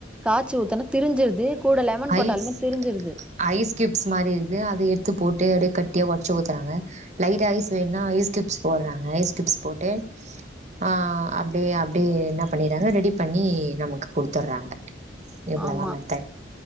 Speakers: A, in the centre; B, on the right (about 40°).
A: காச்சி ஊத்தன திரிஞ்சிர்து கூட லெமன் போட்டாலுமே
B: ஐஸ்
A: திரிஞ்சிர்து
B: ஐஸ் க்யூப்ஸ் மாரி இருக்குது அத எட்த்து போட்டு அப்டியே கட்டியா ஒட்ச்சு ஊத்துறாங்க லைட் ஐஸ் வேணும்னா ஐஸ் கியூப்ஸ் போடுறாங்க ஐஸ் கியூப்ஸ் போட்டு ஆ அப்டியே அப்டியே என்ன பண்ணிகிறாங்க ரெடி பண்ணி நமக்கு குட்துர்றாங்க நலாமட்டே
A: ஆமா